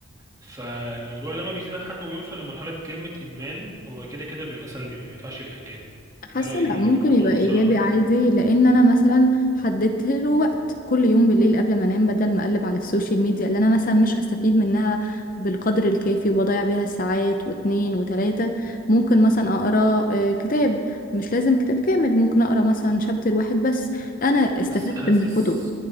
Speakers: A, on the right; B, on the left.
A: فالموضوع لما بيزيد عن حد ويوصل لمرحلة كلمة إدمان هو كده كده بيبقى سلبي ما ينفعش يبقى إيجابي ده
B: حاسه
A: رأيي
B: لا
A: يعني
B: ممكن
A: في الموضوع
B: يبقى
A: بصراحة
B: ايجابي عادي لان انا مثلا حددت له وقت كل يوم بالليل قبل ما انام بدل ما اقلب على السوشيال ميديا اللي انا مثلا مش هستفيد منها بالقدر الكافي وبضيع بيها ساعات واتنين وتلاته ممكن مثلا اقرا آه، كتاب مش لازم كتاب كامل ممكن اقرا مثلا شابتر واحد بس انا استفدت
A: بس حاسس
B: من الكتب